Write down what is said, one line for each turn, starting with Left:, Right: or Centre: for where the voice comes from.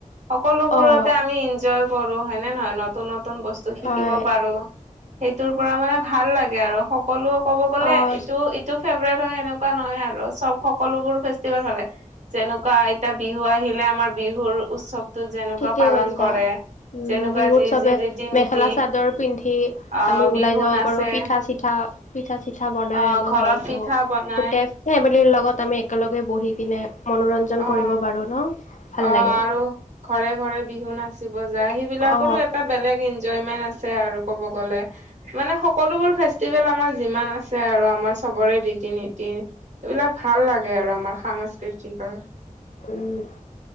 Right: সকলোবোৰতে
Left: অ',
Right: আমি ইনজয় কৰো, হয়নে নহয়? নতুন-নতুন বস্তু শিকিব
Left: হয়।
Right: পাৰো। সেইটোৰ পৰা মানে ভাল লাগে আৰু সকলো ক'ব গ'লে
Left: অ',
Right: এ ইটো ফেভৰেট হয় সেনেকুৱা নহয় আৰু চব সকলোবোৰ ফেষ্টিভেল ভাল লাগে। যেনেকুৱা এ তে বিহু আহিলে আমাৰ বিহুৰ উৎচবটোত যেনেকুৱা
Left: ঠিকে
Right: পালন
Left: কৈছা
Right: কৰে।
Left: উম,
Right: যেনেকুৱা
Left: বিহুত
Right: যি
Left: চবে
Right: যি ৰীতি
Left: মেখেলা-চাদৰ
Right: নীতি
Left: পিন্ধি
Right: আহ
Left: আমি
Right: বিহু
Left: ওলাই যাব
Right: নাচে
Left: পাৰো। পিঠা-চিঠা পিঠা-চিঠা বনাই
Right: আহ
Left: আমাৰ
Right: ঘৰত
Left: ঘৰতো।
Right: পিঠা বনাই
Left: গোটে ফেমেলিৰ লগত আমি একেলগে বহি কিনে মনোৰঞ্জন
Right: আহ
Left: কৰিব পাৰো ন? ভাল
Right: অ, আৰু
Left: লাগে
Right: ঘৰে-ঘৰে বিহু নাচ চিব যায় সেইবিলাকৰো
Left: অ
Right: এটা বেলেগ এনজয়মেন্ট আছে আৰু ক'ব গ'লে। মানে সকলোবোৰ ফেছ টিবেল আমাৰ যিমান আছে আৰু আমাৰ চবৰে ৰীতি-নীতি এইবিলাক ভাল লাগে আৰু আমাৰ সাংস্কৃতিকৰ।
Left: উম,